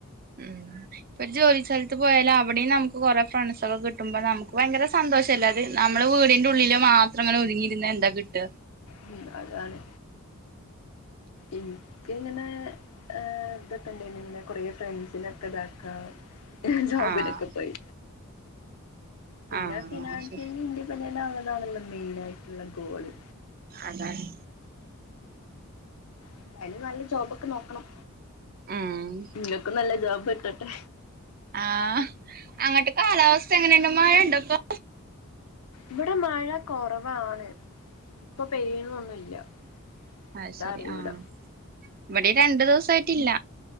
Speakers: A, on the right (about 40°); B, on the left (about 85°).
A: ഉം പ്പൊരു ജോലി സ്ഥലത്ത് പോയാല് അവിടിം നമുക്ക് കൊറേ ഫ്രണ്ട്സൊക്കെ കിട്ടുമ്പോ നമുക്ക് ഭയങ്കര സന്തോഷല്ലേ അ ത് നമ്മള് വീടിന്റെ ഉള്ളില് മാത്രം ങ്ങനെ ഒതുങ്ങിയിരുന്നാ എന്താ കിട്ടാ
B: ഉം, അതാണ് ഇൻക്ക് ങ്ങനെ ഏഹ്, തൊക്കെണ്ടെയ്നി ഇങ്ങനെ കൊറേ ഫ്രണ്ട്സിനൊക്കെ ഇതാക്കാം ജോബിനൊക്കെ
A: ആഹ്
B: പോയി പിന്നെ
A: ആഹ്
B: ഫിനാൻഷ്യലി
A: അത് ശരി
B: ഇൻഡിപെൻഡന്റാവ്ണതാണല്ലോ മെയിനായിട്ട്ള്ള ഗോള്.
A: അതാണ്.
B: എന്തായാലും നല്ല ജോബൊക്കെ നോക്കണം.
A: ഉം
B: ങ്ങക്കും നല്ല ജോബ് ട്ടട്ടെ.
A: ആഹ്, അങ്ങട്ട് കാലാവസ്ഥ എങ്ങനെണ്ട് മഴണ്ടപ്പൊ?
B: ഇവട മഴ കൊറവാണ്. ഇപ്പൊ പെയ്യിണോന്നുല്ല്യ.
A: അത്
B: എന്താ
A: ശരി
B: അറിയൂല.
A: ആഹ് ഇവിടെ രണ്ടു ദുവസായിട്ടില്ല.